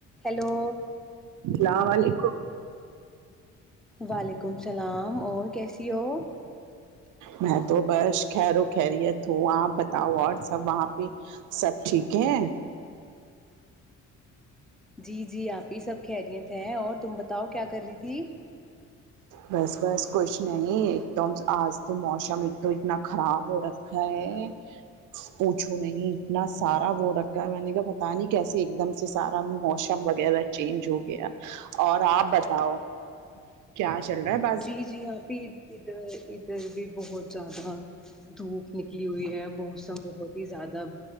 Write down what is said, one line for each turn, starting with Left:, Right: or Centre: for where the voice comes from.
Centre: hello
Right: السلام و علیکم
Centre: وعلیکم السلام اور کیسی ہو
Right: میں تو بس خیر و خیریت ہوں آپ بتاؤ اور سب وہاں پہ سب ٹھیک ہے
Centre: جی جی آپی سب خیریت ہیں اور تم بتاؤ کیا کر رہی تھی
Right: بس بس کچھ نہیں ایک تو آج تو موشم ایک تو اتنا خراب ہو رکھا ہے پوچھو نہیں اتنا سارا وہ رکھا ہے میں نے کہ پتا نہیں کیسے ایک دم سے سارا موسم وغیرہ چینج ہو گیا اور آپ بتاؤ کیا چل رہا ہے با
Centre: جی جی آپ ہی ادھر ادھر بھی بہت زیادہ دھوپ نکلی ہوئی ہے موسم بہت ہی زیادہ